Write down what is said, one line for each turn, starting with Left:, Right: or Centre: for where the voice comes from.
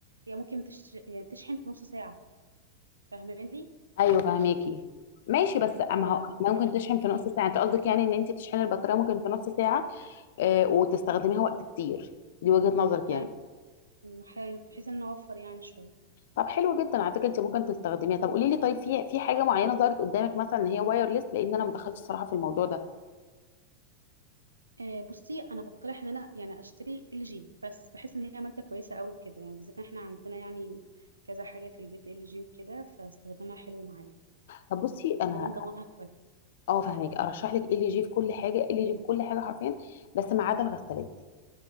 Right: هي ممكن تش... يعني تشحن في نص ساعة فاهماني
Left: ايوه فهماكي ماشي بس ما
Right: فبتلاقي
Left: هو ممكن تشحن
Right: كتير
Left: في نص
Right: شوية
Left: ساعه انت قصدك يعني ان انت تشحني البطاريه ممكن في نص ساعه آه وتستخدميها وقت كتير دي وجهه نظرك يعني
Right: ايوه مم، ح- بحيث ان أنا اوفر يعني شوية
Left: طب حلو جدا على فكره انت ممكن تستخدميها طب قولي لي طيب في في حاجه معينه ظهرت قدامك مثلا ان هي وايرلس لان انا ما دخلتش صراحه في الموضوع ده
Right: آه، بصي انا بقترح ان انا يعني اشتري ال جي بس بحس ان هي ماركه كويسه قوي كده يعني بالذات إن احنا عندنا يعني كذا حاجه في البيت ال جي وكده فاستخدامها حلو معانا
Left: طب بصي
Right: وكمان
Left: انا
Right: ضمانها كويس
Left: اه فاهمك ارشح لك ال جي في كل حاجه ال جي في كل حاجه حرفيا بس ما عدا الغسالات